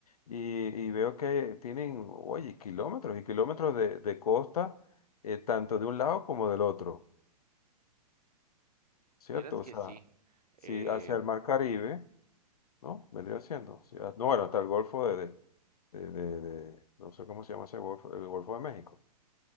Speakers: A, on the left; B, on the right.
A: Y, y veo que tienen, oye, kilómetros y kilómetros de, de costa, eh, tanto de un lado como del otro, ¿cierto?
B: Vieras
A: O
B: que
A: sea,
B: sí. eh,
A: si hacia el Mar Caribe, ¿no? Vendría siendo. o sea, no, bueno, hasta el Golfo de, de, de- de- de- no sé cómo se llama ese Golfo, el Golfo de México.